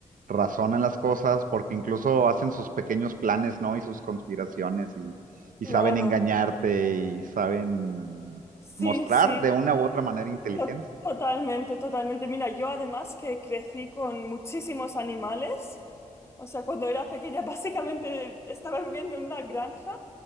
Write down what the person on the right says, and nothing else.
razonan las cosas, porque incluso hacen sus pequeños planes, ¿no? Y sus conspiraciones y, y
saben engañarte y saben
mostrar
de una u otra manera inteligencia.